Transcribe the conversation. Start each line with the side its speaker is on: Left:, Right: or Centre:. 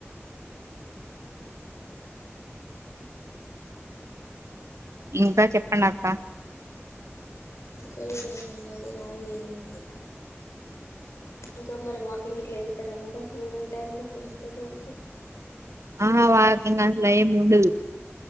Right: ఇంకా చెప్పండక్క
Left: ఇంకా ఏమున్నది రా ఏం లేదు ఇంకా మరి వాకింగ్ ఇట్లా ఎళ్తారా మీరు ఈవినింగ్ టైంలో ఫ్రెండ్స్ తోటి కలిసి
Right: ఆహా వాకింగ్ అట్ల ఏం ఉండదు